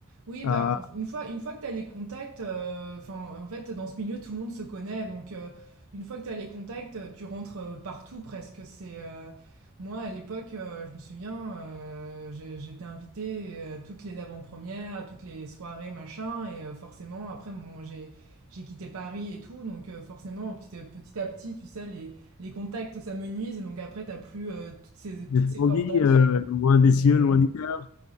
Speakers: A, on the right; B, on the left.
A: Oui,
B: Ah,
A: bah, en- une fois, une fois que tu as les contacts, euh, enfin, en fait, dans ce milieu, tout le monde se connaît. Donc, euh, une fois que tu as les contacts, euh, tu rentres euh, partout presque. C'est, euh, moi, à l'époque, euh, je me souviens, euh, j'ai- j'étais invitée euh, toutes les avant-premières, toutes les soirées, machin. Et euh, forcément, après, bon, j'ai, j'ai quitté Paris et tout. Donc, euh, forcément, petit, à- petit à petit, tu sais, les, les contacts, ça me nuise. Et donc, après, tu n'as plus euh, toutes ces, toutes
B: c'est ce
A: ces
B: qu'on
A: portes
B: dit,
A: d'entrée.
B: euh, loin des
A: Mais.
B: cieux, loin
A: euh,
B: du cœur.